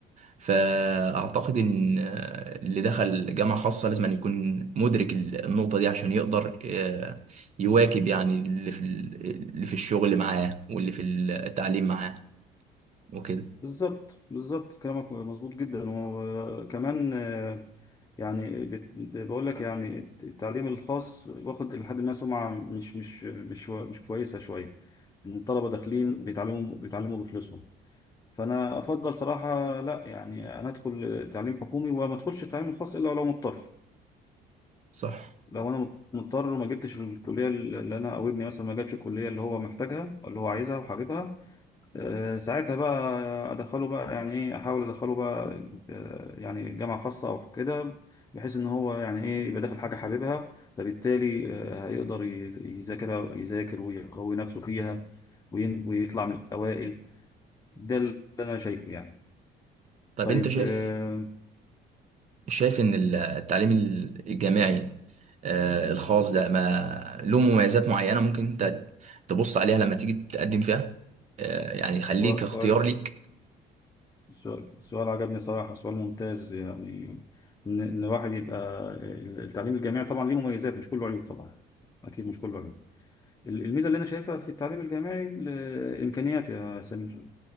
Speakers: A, on the right (about 45°); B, on the left (about 20°).
A: فأعتقد إن آه، اللي دخل جامعة خاصة لازم أن يكون مدرك ال- النقطة دي عشان يقدر آه، يواكب يعني اللي في ال- اللي في الشغل معاه واللي في التعليم معاه وكده
B: بالظبط بالظبط كلامك مظبوط جدا وكمان آه، يعني بت- بقول لك يعني التعليم الخاص واخد لحد ما سمعه مش مش مش مش كويسه شويه ان الطلبه داخلين بيتعلموا بيتعلموا بفلوسهم فانا افضل صراحه لا يعني انا ادخل تعليم حكومي وما ادخلش التعليم الخاص الا لو مضطر
A: صح
B: لو انا مضطر وما جبتش الكليه اللي انا او ابني مثلا ما جابش الكليه اللي هو محتاجها اللي هو عايزها وحاببها آه، ساعتها بقى ادخله بقى يعني ايه احاول ادخله بقى آه، يعني جامعه خاصه او كده بحيث ان هو يعني ايه يبقى داخل حاجه حاببها فبالتالي آه، هيقدر ي- يذاكر يذاكر ويقوي نفسه فيها وين- ويطلع من الاوائل ده اللي انا شايفه يعني
A: طب
B: طيب
A: أنت شايف
B: آه،
A: شايف إن ال- التعليم الجامعي آه، الخاص ده ما له مميزات معينة ممكن أنت تبص عليها لما تيجي تقدم فيها آه، يعني يخليك
B: كوا-
A: اختيار
B: كويس
A: ليك
B: سؤال سؤال عجبني صراحه سؤال ممتاز يعني ان إن الواحد يبقى آه، التعليم الجامعي طبعا ليه مميزات مش كله عيوب طبعا اكيد مش كله عيوب الميزه اللي انا شايفها في التعليم الجامعي الامكانيات يا سمير